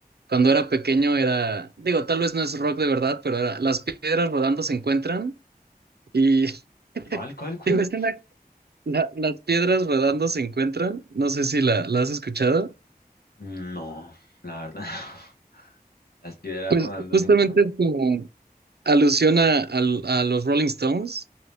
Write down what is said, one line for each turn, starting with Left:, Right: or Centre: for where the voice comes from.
Right: Cuando era pequeño era, digo, tal vez no es rock de verdad, pero era Las piedras rodando se encuentran y <laughs>
Left: ¿Cuál, cuál, cuál?
Right: digo, es una- la- Las piedras rodando se encuentran, no sé si la, la has escuchado.
Left: No, la verdad, <laughs> las piedras
Right: Pues
Left: rodando
Right: justamente
Left: se encuentran.
Right: es como alusión a, al- a los Rolling Stones,